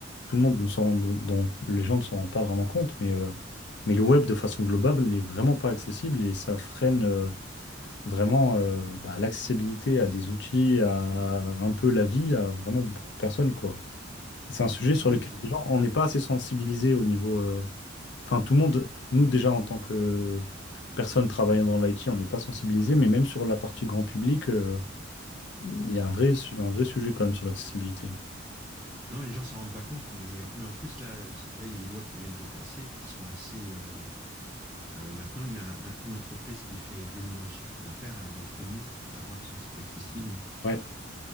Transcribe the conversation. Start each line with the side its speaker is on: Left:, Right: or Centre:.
Left: tout le monde ne s'en rend- dont les gens ne s'en rendent pas vraiment compte. Mais, euh, mais le web, de façon globale, n'est vraiment pas accessible et ça freine euh, vraiment euh, bah, l'accessibilité à des outils, à, un peu la vie, à vraiment beaucoup de personnes, quoi. Et C'est un sujet sur
Centre: Oui,
Left: lequel
Centre: puis
Left: les gens, on n'est pas assez sensibilisés au niveau. euh, Enfin, tout le monde, nous déjà en tant que personne travaillant dans l'IT, on n'est pas sensibilisé, mais même sur la partie grand public, euh, il y a un vrai, su- un vrai sujet quand même sur l'accessibilité.
Centre: non, les gens s'en rendent pas compte, mais, euh, mais en plus là, c'est- là, il y a des lois qui viennent de passer qui sont assez. euh, euh, maintenant, une, un- une entreprise qui fait 2 millions de chiffres d'affaires, elle est tenue à avoir son site accessible.
Left: Ouais.